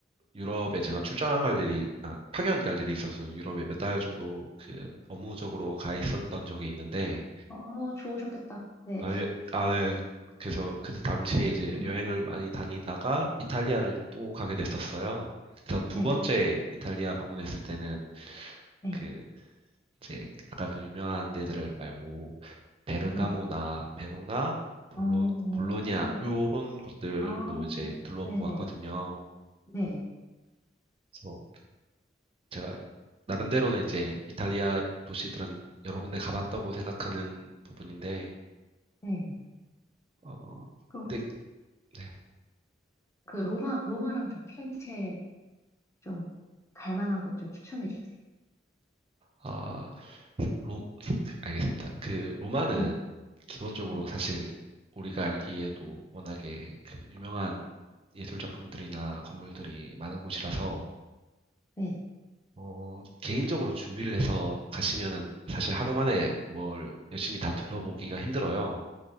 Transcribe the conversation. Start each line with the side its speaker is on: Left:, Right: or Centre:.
Right: 유럽에 제가 출장 갈 일이 아, 파견 갈 일이 있어서 유럽에 몇 달 정도 그 업무적으로 가 있었던 적이 있는데
Left: 어, 좋으셨겠다. 네.
Right: 아, 예, 아 네. 그래서 그 당시에 이제
Left: 음,
Right: 여행을 많이 다니다가 이탈리아를 또 가게 됐었어요. 그래서 두
Left: 네,
Right: 번째 이탈리아 방문했을 때는
Left: 네,
Right: 그 이제 아까 그 유명한 데들 말고 베르가모나
Left: 네.
Right: 베로나 볼로
Left: 어, 어,
Right: 볼로냐 요런 곳들도
Left: 아,
Right: 이제 둘러보고
Left: 네네,
Right: 왔거든요.
Left: 네,
Right: 그래서 제가 나름대로는 이제 이탈리아 도시들은 여러 군데 가봤다고 생각하는 부분인데
Left: 네.
Right: 어
Left: 그,
Right: 근데 네.
Left: 그, 로마, 로마랑 저 피렌체 좀, 갈 만한 곳 좀 추천해 주세요.
Right: 아 로, 그, 알겠습니다. 그 로마는
Left: 네,
Right: 기본적으로
Left: 네,
Right: 사실 우리가 알기에도 워낙에 그 유명한 예술 작품들이나 건물들이 많은 곳이라서
Left: 네,
Right: 어, 개인적으로 준비를 해서 가시면은 사실 하루 만에 뭘 열심히 다 둘러보기가 힘들어요.